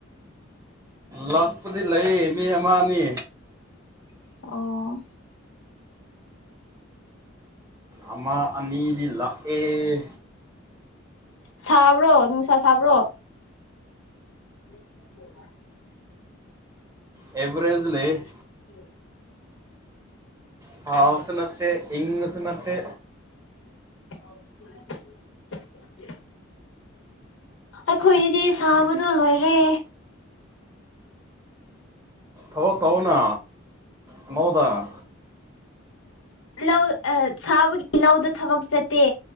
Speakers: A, on the right; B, on the left.
A: ꯂꯥꯛꯄꯨꯗꯤ ꯂꯩꯌꯦ ꯃꯤ ꯑꯃ ꯑꯅꯤ
B: ꯑꯣ
A: ꯑꯃꯥ ꯑꯅꯤꯗꯤ ꯂꯥꯛ ꯑꯦ
B: ꯁꯥꯕ꯭ꯔꯣ ꯅꯅꯨꯡꯁꯥ ꯁꯥꯕ꯭ꯔꯣ? <unintelligible>
A: ꯑꯦꯕꯔꯦꯖ ꯂꯩ
B: <unintelligible>
A: ꯁꯥꯕꯁꯨ ꯅꯠꯇꯦ ꯏꯪꯕꯁꯨ ꯅꯠꯇꯦ꯫
B: <unintelligible> ꯑꯩꯈꯣꯏꯗꯤ ꯁꯥꯕꯗꯣ ꯂꯣꯏꯔꯦ
A: ꯑꯋꯥ ꯇꯥꯎꯅꯥ ꯃꯧꯗ
B: ꯂꯧ ꯁꯥꯕꯒꯤ ꯂꯧꯗ ꯊꯕꯛ ꯆꯠꯇꯦ